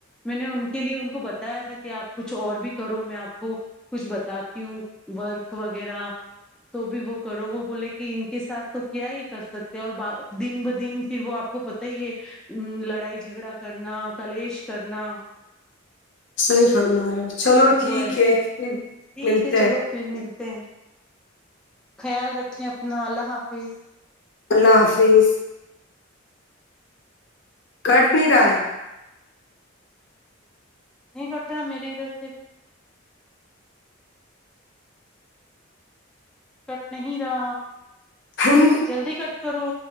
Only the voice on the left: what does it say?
صحیح فرمایا چلو ٹھیک
ہے پھر
ملتے
ہیں
اللہ حافظ کٹ نہیں رہا ہے
<unintelligible>